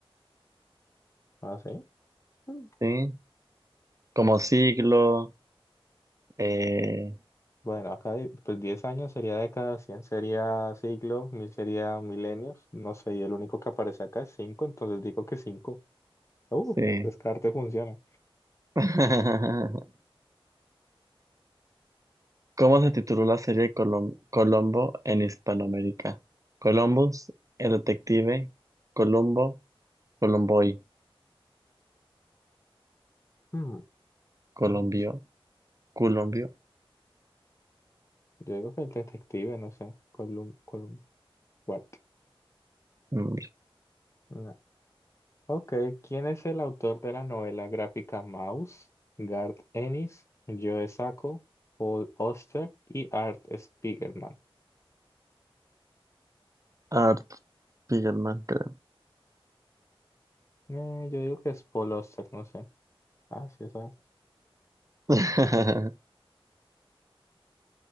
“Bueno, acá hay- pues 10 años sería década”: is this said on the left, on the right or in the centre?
Left